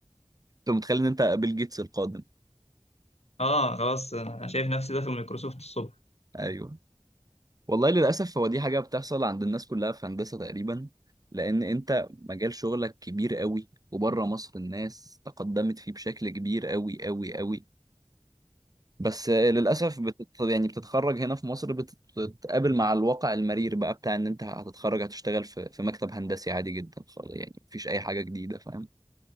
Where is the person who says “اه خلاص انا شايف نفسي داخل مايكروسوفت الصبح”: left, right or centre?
Left